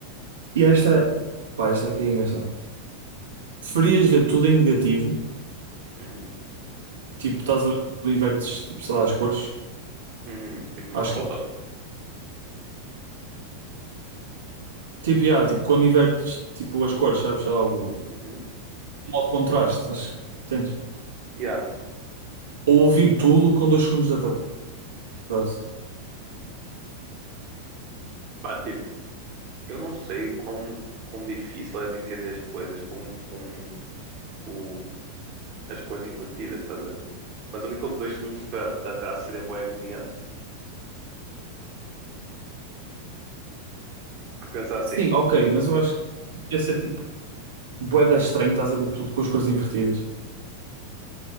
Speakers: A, on the right; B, on the right.
A: E esta, pá, esta aqui é engraçada. Preferias ver tudo em negativo?
B: Uhum,
A: Tipo, estás a ver quando invertes, tipo, sei lá, as cores?
B: uhum, tipo numa
A: Acho
B: foto.
A: que é. Tipo, yeah, tipo, quando invertes, tipo, as cores, sabes? Sei lá, o, o
B: Uhum,
A: modo de contraste, acho entendes?
B: yeah.
A: Ou ouvir tudo com dois segundos de atraso.
B: Mano, tipo, Eu não sei o quão, quão difícil é de entender as coisas com, com tipo, as cores invertidas, estás a ver? Mas eu vi com dois segundos de de atraso seria bué agoniante. Porque pensar assim,
A: Sim, ok, mas eu acho que ia ser tipo. bué da estranho, estás a ver tudo com as cores invertidas.